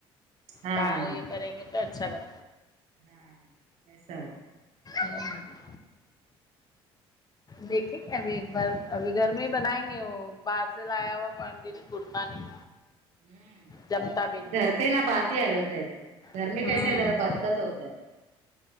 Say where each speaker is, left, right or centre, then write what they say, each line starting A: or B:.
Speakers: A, on the right; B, on the left.
A: ہاں
B: بار یہ کریں گے تو اچھا بن
A: ہاں بستا
B: ہوں دیکھیں گے ابھی ایک بار ابھی گھر میں ہی بنائیں گے وہ باہر سے لایا ہوا پنڈ کرتا نہیں
A: ہ
B: جمتا
A: نہیں
B: بھی
A: گھر کی نا بات ہی الگ رہتی ہے گھر
B: ہوں
A: میں کیسے ہیں ذرا برکت ہوتا ہے